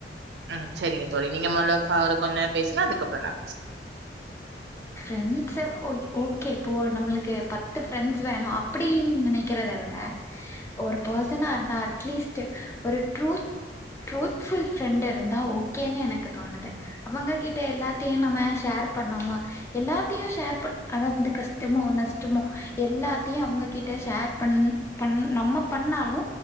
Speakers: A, on the right (about 70°); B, on the left (about 15°).
A: அ சேரிங்க தோழி நீங்க மொதல்ல ஃபாரு கொஞ்ச நேரோ பேசலா அதுக்கப்புறோ நா பேசற
B: ஃப்ரெண்ட்ஸ்சே ஓ ஓகே இப்போ நம்மளுக்கு பத்து ஃப்ரெண்ட்ஸ் வேணும் அப்பக்ஷடின்னு நினைக்கிறத விட ஒரு பெர்சனா இருந்தா அட்லீஸ்ட்டு ஒரு ட்ரூத் ட்ரூத்ஃபுல் ஃப்ரெண்டு இருந்தா ஓகேன்னு எனக்கு தோணுது அவங்க கிட்ட எல்லாத்தியு நம்ம ஷேர் பண்ணமா எல்லாத்தியு ஷேர் பண் அதாவது கஷ்டமோ நஷ்டமோ எல்லாத்தையு அவங்க கிட்ட ஷேர் பண் பண் நம்ம பண்ணாலு